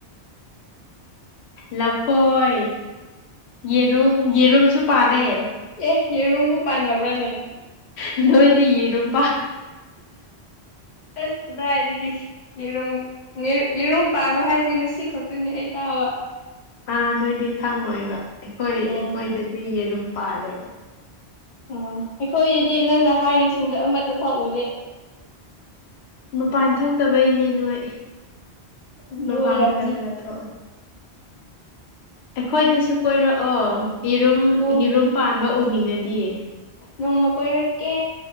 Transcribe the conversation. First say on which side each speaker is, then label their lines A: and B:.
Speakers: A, on the left; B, on the left.
A: ꯂꯐꯣꯏ ꯌꯦꯔꯨꯝ ꯌꯦꯔꯨꯝꯁꯨ ꯄꯥꯜꯂꯦ
B: ꯑꯦ ꯌꯦꯔꯨꯝꯕꯨ ꯄꯥꯟꯅꯕ꯭ꯔꯥꯅꯦ
A: ꯅꯣꯏꯗꯤꯔꯣꯝ
B: ꯐꯁ ꯀꯗꯥꯅꯤ ꯀ ꯌꯦꯔꯨꯝ ꯌꯦꯔꯨꯝ ꯄꯥꯟꯕ ꯍꯥꯏꯁꯦ ꯉꯁꯤ ꯈꯛꯇꯅꯤ ꯑꯩ ꯇꯥꯕ
A: ꯑꯥ ꯑꯗꯨꯏꯗꯤ ꯈꯪꯉꯣꯏꯕ ꯑꯩꯈꯣꯏ ꯑꯩꯈꯣꯏꯗꯗꯤ
B: ꯎꯝ
A: ꯌꯦꯔꯨꯝ ꯄꯥꯜꯂꯦꯕ
B: ꯎ ꯑꯩꯈꯣꯏꯗꯗꯤ ꯅꯪꯅ ꯍꯥꯏꯔꯤꯁꯤꯡꯗꯣ ꯑꯃꯠꯇ ꯐꯥꯎꯎꯗꯦ
A: ꯃꯄꯥꯟ ꯊꯣꯛꯇꯕꯩꯅꯦ ꯅꯣꯏ
B: ꯑꯗꯨ
A: ꯃ ꯄꯥꯈꯔ
B: ꯑꯣꯏꯔꯝꯅꯤ
A: ꯈꯔ ꯊ ꯑꯩꯈꯣꯏꯗꯁꯨ ꯀꯣꯏꯔꯛꯑꯣ ꯌꯦꯔꯨꯝ
B: ꯅꯣꯡ
A: ꯌꯦꯔꯨꯝ ꯄꯥꯟꯕ ꯎꯅꯤꯡꯉꯗꯤ
B: ꯅꯣꯡꯃ ꯀꯣꯏꯔꯛꯀꯦ